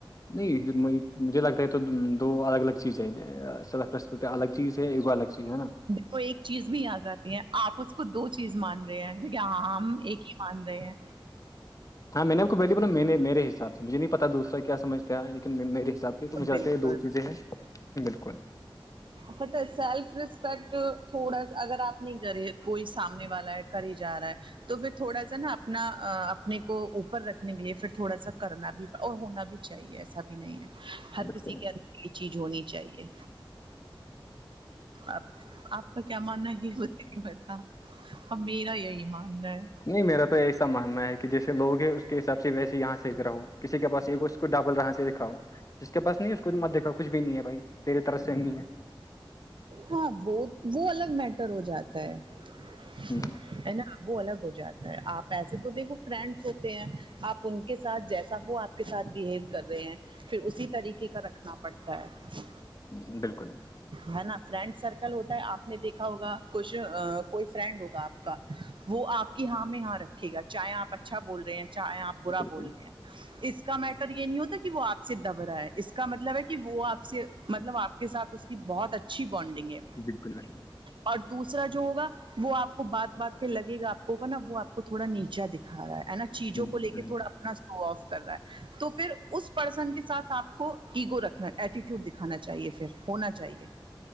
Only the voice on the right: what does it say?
تو ایک چیز بھی آ جاتی ہے آپ اس کو دو چیز مان رہے ہیں لیکے ہم ایک ہی ماند ہیں
بالکل
پتہ ہے سیلف رسپیکٹ تھوڑا سا اگر آپ نہیں کرے کوئی سامنے والا ہے کر ہی جا رہا ہے تو پھر تھوڑا سا نا اپنا اپنے کو اوپر رکھنے کے لیے پھر تھوڑا سا کرنا بھی اور ہونا بھی چاہیے ایسا بھی نہیں ہے ہر
کسی کے انر یہ چیز ہونی چاہیے اب آپ تو کیا ماننا ہے ہی نہیں پتا اب میرا یہی ماننا ہے
ہاں وہ وہ الگ میٹر ہو جاتا ہے <unintelligible>
وہ الگ ہو جاتا ہے آپ ایسے تو دیکھو فرینڈس ہوتے ہیں آپ ان کے ساتھ جیسا وہ کے ساتھ بہیو کر رہے ہیں پھر اسی طریقے کا رکھنا پڑتا ہے
ہے نا فرینڈ سرکل ہوتا ہے آپ نے دیکھا ہوگا کچھ کوئی فرینڈ ہوگا آپ کا وہ آپ کی ہاں میں یہاں رکھے گا چاہے آپ اچھا بول رہے ہیں چاہے آپ برا
بول رہے ہیں اس کا میٹر یہ نہیں ہوتا کہ وہ آپ سے دب رہا ہے اس کا مطلب ہے کہ وہ آپ سے مطلب آپ کے ساتھ اس کی بہت اچھی بانڈنگ ہے
اور دوسرا جو ہوگا وہ آپ کو بات بات پہ لگے گا آپ کو نا وہ آپ کو تھوڑا نیچا دکھا رہا ہے نا چیزوں
کو لے کے تھوڑا اپنا سو آف کر رہا ہے تو پھر اس پرسن کے سھ آپ کو ایگو رکھنا ایٹیٹیوڈ دکھانا چاہیے پھر ہونا چاہیے چاہیے